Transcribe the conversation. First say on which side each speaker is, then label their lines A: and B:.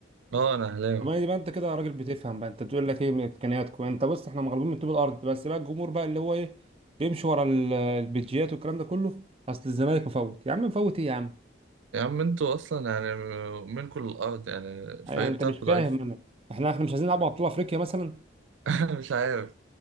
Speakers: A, on the right; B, on the right.
A: اه انا اهلاوي
B: ما يبقى انت كده راجل بتفهم بقى انت بتقول لك ايه من امكانياتكم انت بص احنا مغلوبين من طوب الارض بس بقى الجمهور بقى اللي هو ايه بيمشي ورا ال- البيجيات والكلام ده كله اصل الزمالك مفوت يا عم مفوت ايه يا عم
A: يا عم انتوا اصلا يعني منكم الارض يعني الفريق
B: يعني انت
A: بتاعكم
B: مش فاهم
A: ضعيف
B: انا احنا احنا مش عايزين نلعب على بطوله افريقيا مثلا
A: <laughs> مش عارف